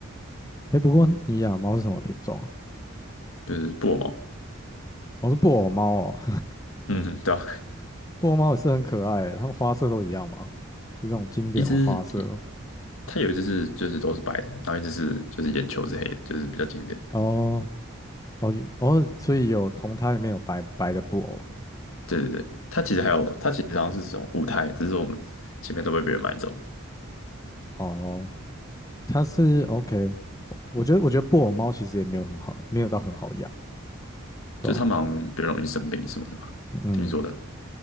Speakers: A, on the left; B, on the left.
A: 哎，不过你养的猫是什么品种啊？
B: 就是布偶猫，
A: 哦，是布偶猫哦，
B: 嗯，对啊，
A: <laughs> 布偶猫也是很可爱欸，它们花色都一样吗？是那种经典的花色吗？
B: 一只一它有一只是就是都是白的，然后一只是就是眼球是黑的，就是比较经典。
A: 哦哦哦，所以有同胎里面有白白的布偶。
B: 对对对，它其实还有，它其实好像是这种舞台，只是我们前面都被别人买走了，
A: 哦，它是 OK，我我觉得我觉得布偶猫其实也没有很好，没有到很好养。对吧？
B: 就他们好像比较容易生病什么的吧，
A: 嗯，
B: 听说的。